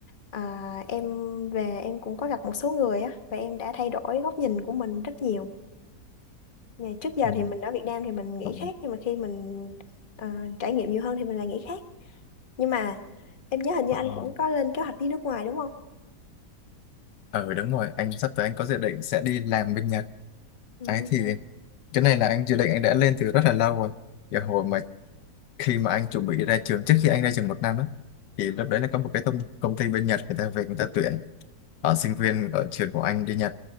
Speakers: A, on the left; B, on the left.
A: à, em về em cũng có gặp một số người á và em đã thay đổi góc nhìn của mình rất nhiều. Nhà trước giờ
B: Ừ.
A: thì mình ở Việt Nam thì mình nghĩ
B: Ờ.
A: khác nhưng mà khi mình à, trải nghiệm nhiều hơn thì mình lại nghĩ khác. Nhưng mà em nhớ hình như
B: Ờ.
A: anh cũng có lên kế hoạch đi nước ngoài đúng không?
B: Ừ đúng rồi, anh sắp tới anh có dự định sẽ đi làm bên Nhật.
A: <laughs>
B: Đấy thì cái này là anh dự định anh đã lên từ rất là lâu rồi. Giờ hồi mà khi mà anh chuẩn bị ra trường, trước khi anh ra trường một năm á, thì lúc đấy là có một cái công, công ty bên Nhật người ta về người ta tuyển ở sinh viên ở trường của anh đi Nhật.